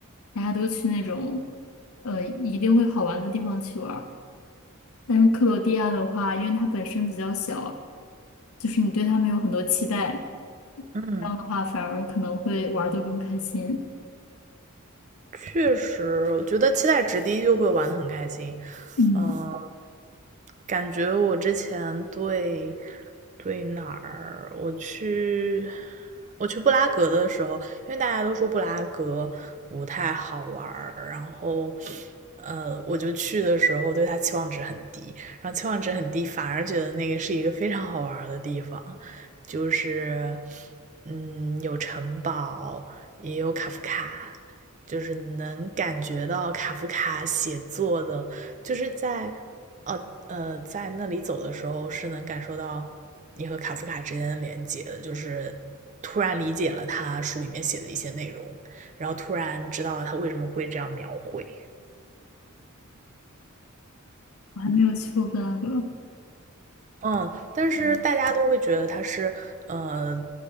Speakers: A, on the left; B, on the right.
A: 大家都去那种呃一定会好玩的地方去玩儿。但是克罗地亚的话，因为它本身比较小，就是你对他们有很多期待，
B: 嗯。
A: 这样的话反而可能会玩的更开心。
B: 确实，我觉得期待值低就会玩的很开心。
A: 嗯，
B: 嗯、感觉我之前对对哪儿，我去我去布拉格的时候，因为大家都说布拉格不太好玩儿然后呃，我就去的时候对它期望值很低，然后期望值很低，反而觉得那个是一个非常好玩儿的地方，就是嗯，有城堡，也有卡夫卡，就是能感觉到卡夫卡写作的，就是在呃呃在那里走的时候是能感受到你和卡夫卡之间的连接的，就是突然理解了他书里面写的一些内容，然后突然知道了他为什么会这样描绘。
A: 我还没有去过布拉格。
B: 嗯，但是大家都会觉得他是呃
A: 嗯